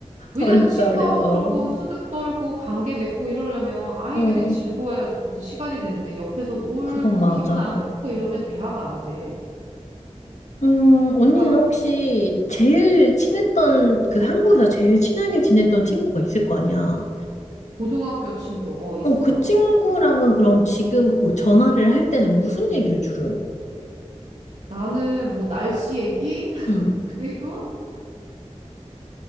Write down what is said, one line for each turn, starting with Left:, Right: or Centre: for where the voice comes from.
Right: 왜냐면
Left: 어렵다,
Right: 친구하고
Left: 어려워.
Right: 조금 수다 떨고 관계 맺고 이러려면 아이들이
Left: 어,
Right: 즐거워야지 무슨 시간이 되는데 옆에서 울고
Left: 그건 맞아.
Right: 기분 안 좋고 이러면 대화가 안 돼.
Left: 음, 언니는
Right: 그러니까
Left: 혹시 제일 친했던, 그 한국에서 제일 친하게 지냈던 친구가 있을 거 아니야.
Right: 고등학교 친구 어 있어.
Left: 어, 그 친구랑은 그럼 지금 뭐 전화를 할 때는 무슨 얘기를 주로 해?
Right: 나는 뭐 날씨 얘기? <laughs>
Left: 응
Right: 그리고